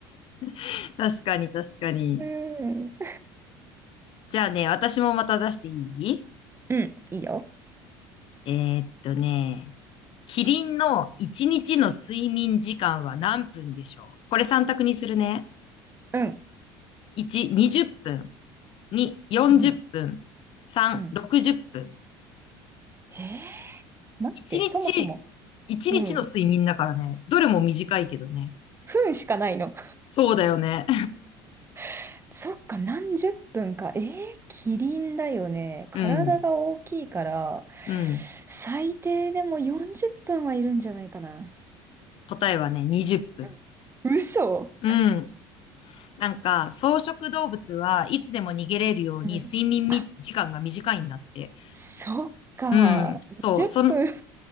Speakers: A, on the left (about 55°); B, on the right (about 20°).
A: <laughs> 確かに確かに。
B: うーん。
A: じゃあね、私もまた出していい
B: うん、いいよ。
A: えーっとね、キリンの1日の睡眠時間は何分でしょうこれ3択にするね。
B: うんうん。
A: 1、20分。2、40分。
B: うん。
A: 3、
B: うん。
A: 60分。
B: えー待って、
A: 1日、
B: そもそも、
A: 一日の睡眠だからね。
B: うん。
A: どれも短いけどね。
B: 分しかないの。
A: そうだよね。
B: <laughs> そっか、何十分か。えー、キリンだよね。体が大きいから、
A: <laughs> うん。うん。
B: 最低でも40分はいるんじゃないかな。
A: 答えはね、20分。
B: うん嘘
A: うん。なんか、草食動物はいつでも逃げれるように睡眠み時間が短いんだって。
B: うん。あ、そっか。
A: うん。
B: 20分。
A: そう。その、